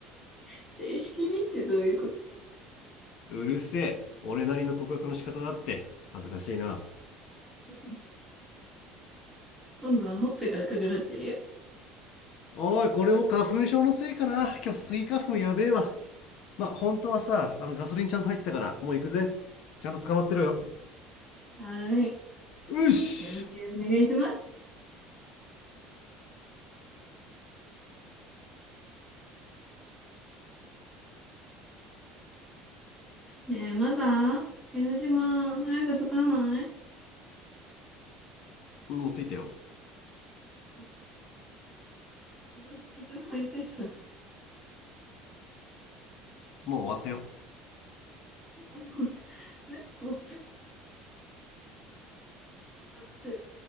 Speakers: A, in the centre; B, on the left (about 55°).
A: 正式にってどういうこと
B: うるせえ俺なりの告白の仕方だって恥ずかしいな
A: <laughs> 今度はほっぺが赤くなってるよ。
B: おいこれも花粉症のせいかな今日スギ花粉やべえわまあ本当はさあのガソリンちゃんと入ったからもう行くぜちゃんと捕まってろよ
A: はーい。
B: よし
A: え、お願いします。ねえ、まだ江ノ島、早く着かない
B: もう着いたよ
A: えいつの、いつ間に着いてたあ
B: もう終わったよ
A: ほんと <laughs> あれ本当ちょっと待って